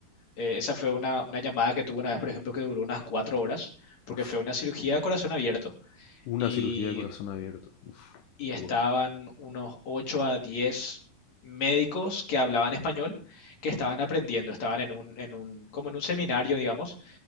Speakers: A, on the left; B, on the left.
A: Eh, esa fue una, una llamada que tuve una vez, por ejemplo, que duró unas cuatro horas, porque
B: uf,
A: fue una cirugía de corazón abierto.
B: una
A: Y,
B: cirugía de corazón abierto. Uf,
A: y estaban
B: tipo,
A: unos 8 a 10 médicos que hablaban español, que estaban aprendiendo, estaban en un, en un, como en un seminario, digamos,